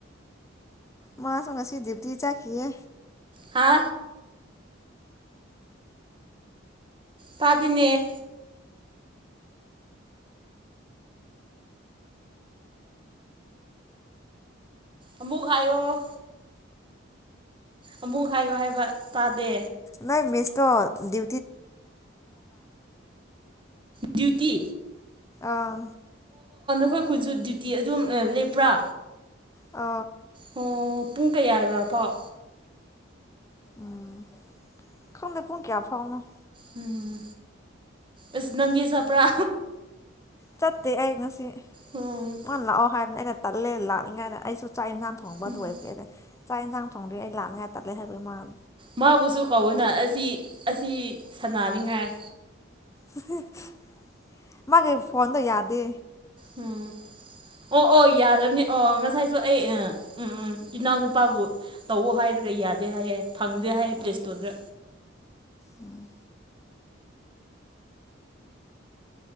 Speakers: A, on the left (about 15°); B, on the right (about 25°).
A: ꯃꯥꯁꯨ ꯉꯁꯤ ꯗ꯭ꯋꯨꯇꯤ ꯆꯠꯈꯤꯌꯦ
B: ꯍꯥ ꯇꯥꯗꯦꯅꯦ ꯑꯃꯨꯛ ꯍꯥꯏꯌꫭ ꯑꯃꯨꯛ ꯍꯥꯏꯌꫭ ꯍꯥꯏꯕ ꯇꯥꯗꯦ
A: ꯅꯡ ꯃꯤꯁ ꯇꯣ ꯗꯨ
B: ꯗ꯭ꯌꯨꯇꯤ
A: ꯑꯥ
B: ꯈꯣꯏ ꯈꯨꯨꯟꯁꯨ ꯗ꯭ꯌꯨꯇꯤ ꯑꯗꯨꯝ ꯑ ꯂꯦꯞꯄ꯭ꯔꯥ
A: ꯑ
B: ꯑꯣ ꯄꯨꯡ ꯀꯌꯥꯒ ꯐꯥꯎ
A: ꯎꯝ ꯈꯪꯗꯦ ꯄꯨꯨꯡ ꯀꯌꯥ ꯐꯥꯎꯅꫭ
B: ꯎꯝ ꯎꯁ ꯅꯪꯒꯤ ꯆꯄ꯭ꯔꯥ
A: ꯆꯥꯠꯇꯦ ꯑꯩ ꯉꯁꯤ
B: ꯎꯝ
A: ꯃꯥꯟ ꯂꯥꯑꯣ ꯍꯥꯏꯕꯅꯦ ꯑꯩꯅ ꯇꯜꯂꯦ ꯂꯥꯛꯅꯤꯡꯉꯥꯏꯅ ꯑꯩꯁꯨ ꯆꯥꯛ ꯏꯟꯁꯥꯡ ꯊꫭꯡꯕꯗꯨ
B: ꯎꯝ
A: ꯑꯣꯏꯈ꯭ꯔꯦꯅꯦ ꯆꯥꯛ ꯍꯟꯖꯥꯡ ꯊꯣꯡꯗꯦ ꯑꯩ ꯂꯅ ꯉ ꯍꯥꯏꯠꯇꯔ ꯂꯩ ꯍꯥꯏꯔꯕ꯭ꯔꯥꯟ꯫
B: ꯃꯥꯕꯨꯁꯨ ꯀꯧꯋꯅ ꯑꯁꯤ ꯑꯁꯤ꯫ ꯅꯥꯅꯤꯉꯥꯏ꯫
A: <unintelligible> ꯃꯥꯒꯤ ꯐꯣꯟꯗꯣ ꯌꯥꯗꯦ꯫
B: ꯎꯝ ꯑꯣ ꯑꯣ ꯌꯥꯗꯕꯅꯤ ꯑꯣ ꯉꯁꯥꯏꯁꯨ ꯑꯩ ꯎꯝ ꯎꯝ ꯏꯅꯥꯎꯅꯨꯄꯥꯕꯨ ꯇꯧꯋ ꯍꯥꯏꯔꯒ ꯌꯥꯗꯦ ꯍꯥꯏꯌꯦ꯫ ꯐꯪꯗꯦ ꯍꯥꯏꯌꯦ ꯄ꯭ꯂꯦ
A: ꯎꯝ
B: ꯏꯁꯇꯣꯔꯗ꯫
A: ꯎꯝ꯫